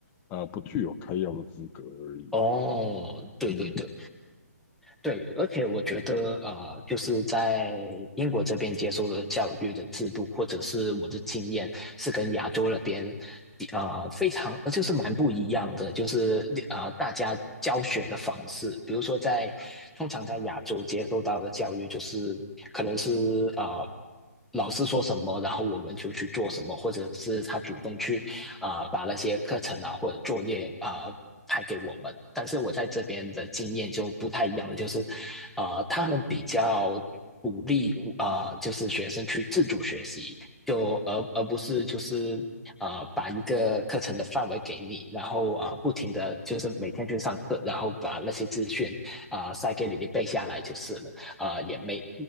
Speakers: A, on the left (about 20°); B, in the centre.
A: 呃不具有开药的资格而已。
B: 哦，对对对，
A: 嗯
B: 对，而且我觉得，呃，就是在英国这边接受的教育的制度，或者是我的经验，是跟亚洲那边，呃，非常就是蛮不一样的，就是呃，大家教学的方式，比如说在通常在亚洲接受到的教育，就是可能是呃，老师说什么，然后我们就去做什么，或者是他主动去啊、呃把那些课程啊或者作业啊、呃派给我们。但是我在这边的经验就不太一样了，就是啊呃他们比较鼓励啊、呃就是学生去自主学习，就而而不是就是啊、呃把一个课程的范围给你，然后啊、呃不停的就是每天去上课，然后把那些资讯啊、呃塞给你，你背下来就是了。啊、呃也没